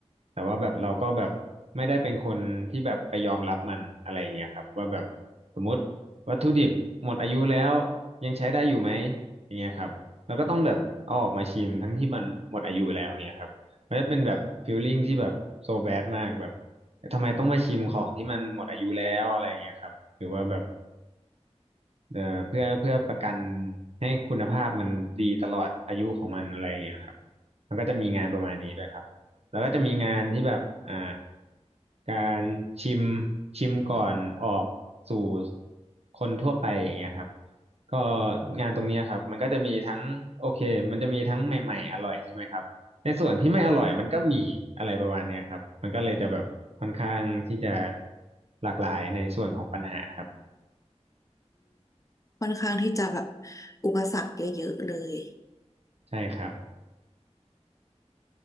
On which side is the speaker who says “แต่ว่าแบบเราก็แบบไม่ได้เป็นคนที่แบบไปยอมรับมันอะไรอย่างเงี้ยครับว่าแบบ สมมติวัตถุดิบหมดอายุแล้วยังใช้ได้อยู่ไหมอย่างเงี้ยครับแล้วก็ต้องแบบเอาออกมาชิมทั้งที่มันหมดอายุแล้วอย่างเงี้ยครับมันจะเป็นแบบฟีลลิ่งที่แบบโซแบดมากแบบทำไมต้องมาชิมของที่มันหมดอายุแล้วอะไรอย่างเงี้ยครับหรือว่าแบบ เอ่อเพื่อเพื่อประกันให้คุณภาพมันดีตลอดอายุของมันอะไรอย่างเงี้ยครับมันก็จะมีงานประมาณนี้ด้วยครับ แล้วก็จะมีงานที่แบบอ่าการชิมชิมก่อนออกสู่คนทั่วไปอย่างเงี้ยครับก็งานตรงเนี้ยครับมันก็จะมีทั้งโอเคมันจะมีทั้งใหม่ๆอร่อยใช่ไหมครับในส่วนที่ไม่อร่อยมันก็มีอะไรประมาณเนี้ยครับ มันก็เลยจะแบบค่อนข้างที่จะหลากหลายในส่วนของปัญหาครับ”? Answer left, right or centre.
Right